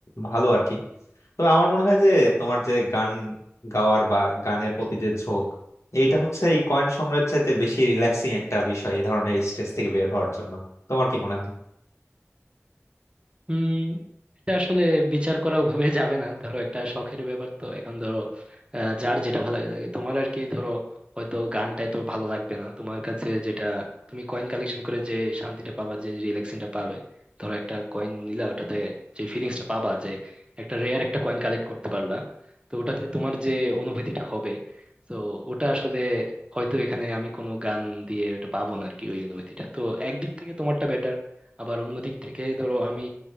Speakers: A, on the left; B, on the right.
A: ভালো আর কি তবে আমার মনে হয় যে তোমার যে গান গাওয়ার বা গানের প্রতি যে ঝোঁক এইটা হচ্ছে এই কয়েন সংগ্রহের চাইতে বেশি রিল্যাক্সিং একটা বিষয় এই ধরনের স্ট্রেস থেকে বের হওয়ার জন্য তোমার কি মনে হয়
B: উম এটা আসলে বিচার করা ওভাবে যাবে না ধরো একটা শখের ব্যাপার তো এখন ধরো আহ, যার যেটা ভালো লাগে লাগে। তোমার আর কি ধরো হয়তো গানটা এত ভালো লাগবে না তোমার কাছে যেটা তুমি কয়েন কালেকশন করে যে শান্তিটা পাবা যে রিল্যাক্সিংটা পাবে ধরো একটা কয়েন নিলা ওটাতে যে ফিলিংসটা পাবা যে একটা রেয়ার একটা কয়েন কালেক্ট করতে পারলা তো ওটাতে তোমার যে অনুভূতিটা হবে তো ওটা আসলে হয়তো এখানে আমি কোনো গান দিয়ে ওটা পাবো না আর কি ওই অনুভূতিটা তো একদিক থেকে তোমারটা বেটার আবার অন্য দিক থেকে ধরো আমি